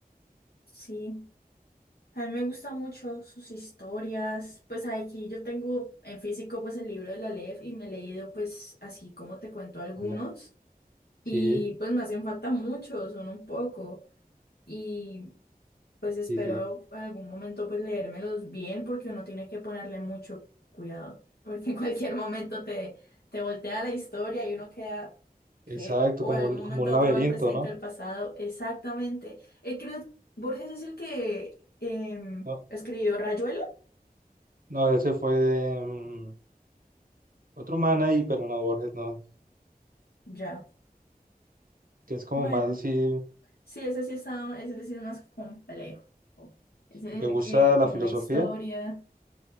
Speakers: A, on the left; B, on the right.
A: sí. A mí me gusta mucho sus historias, pues aquí yo tengo en físico pues el libro de la LEF y me he leído pues así como te cuento algunos
B: Hombre, Sí,
A: y pues me hacen falta muchos, son un poco. Y pues espero
B: sí, sí.
A: algún momento pues leérmelos bien porque uno tiene que ponerle mucho cuidado, <laughs> porque en cualquier momento te, te voltea la historia y uno queda, ¿qué?
B: Exacto,
A: O
B: como
A: en algún
B: un,
A: momento
B: como un laberinto,
A: otro va al presente
B: ¿no?
A: o al pasado, exactamente. Eh, creo, Borges es el que em,
B: No,
A: escribió Rayuela,
B: no, ese fue mm, otro man ahí, pero no, Borges no,
A: ya,
B: que es como
A: bueno,
B: más así,
A: sí, ese sí está, ese sí es más complejo, ese
B: y te gusta
A: que,
B: la
A: que
B: filosofía.
A: una historia.